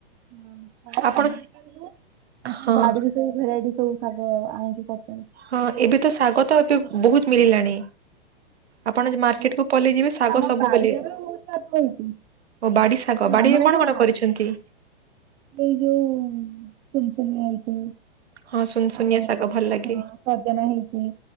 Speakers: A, on the right; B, on the right.
A: ମମଫଡା <unintelligible>
B: ଆପଣ ହଁ
A: ବାଡ଼ି ସବୁ ଭେରାଇଟି ସବୁ ଶାଗ ଆଣିକି କତ୍
B: ହଁ ଏବେ ତ ଶାଗ ତ ଏବେ ବହୁତ ମିଳିଲାଣି।
A: ସବୁ
B: ଆପଣ ମାର୍କେଟ କୁ ପଲେଇ ଯିବେ ଶାଗ
A: ଆମ
B: ସବୁ
A: ବାଡିରେ
B: ବିଲିଅ।
A: ବି ବହୁତ ଶାଗ ହେଇଛି
B: ଓ ବାଡି ଶାଗ ବାଡିରେ
A: ଆମର
B: କଣ
A: ଆଜି
B: କଣ
A: ହା
B: କରିଛନ୍ତି?
A: ଏଇ ଯୋଉ ସୁନସୁନିଆ ହେଇଚି।
B: ହଁ ସୁନସୁନିଆ
A: ଆଉ
B: ଶାଗ ଭଲ ଲାଗେ
A: ହଁ ସଜନା ହେଇଚି।